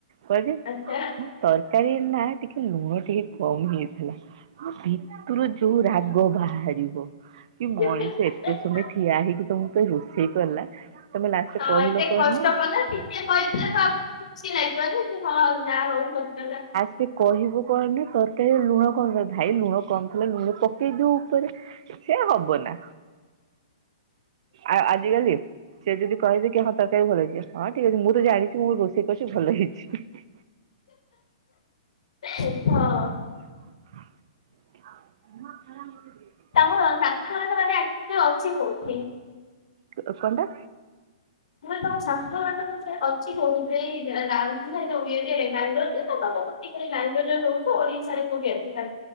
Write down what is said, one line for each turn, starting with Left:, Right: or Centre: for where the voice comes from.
Right: କଇବେ
Left: ଆଚ୍ଛା।
Right: ହଁ ତରକାରୀ ନା ଟିକେ ଲୁଣ ଟିକେ କମ ହେଇଥିଲା। ମୋ ଭିତରୁ ଯୋଉ ରାଗ ବାହାରିବ। କି
Left: ଆଚ୍ଛା।
Right: ମଣିଷ ଏତେ ସମୟ ଠିଆ ହେଇକି ତମ ପାଇଁ ରୋଷେଇ କଲା। ତମେ ଲାଷ୍ଟୁକୁ
Left: ତ
Right: କହିଲ
Left: ଏତେ
Right: କଣ
Left: କଷ୍ଟ
Right: ନା
Left: କଲା ଟିକେ କହିଥିଲେ ତ ଖୁସି ଲାଗିବ ଯେ ହଁ ଯାହା ହଉ କରିଥିଲା।
Right: ସେ କହିବୁ କଣ ନା ତରକାରୀ ଲୁଣ କଣ କ ଭାଇ ଲୁଣ କମ ଥିଲା ଲୁଣ ପକେଇ ଦଉ ଉପରେ। ସେ ହବନା, ଆଉ ଆଜିକାଲି ସେ ଯଦି କହେ କି ହଁ ତରକାରୀ ଭଲଚି, ହଁ ଠିକ ଅଛି ମୁଁ ତ ଜାଣିଛି ମୁଁ ରୋଷେଇ କରିଛି ଭଲ ହେଇଛି। <unintelligible>
Left: <unintelligible> ହଁ।
Right: <inaudible> ହଁ ଆରାମଦି
Left: ତାଙ୍କ ଶାଶୁଘର ଟା ମାନେ ଆକଚ୍ୟାଲି ଅଛି କୋଉଠି?
Right: ସେତ କଣ ଟା?
Left: ମ କହିଲି ତମ ଶାଶୁ ଘରଟା ଅଛି କୋଉଠି ସେଇ ରାଉରକେଲା ଯୋଉ ଇଏ ବାଙ୍ଗାଲୋରରେ ନା ତମ। <unintelligible> ବେସି କରି ବାଙ୍ଗାଲୋର ରହୁଚ ଓଡ଼ିଶାରେ କୁଟି ଆସିଲା?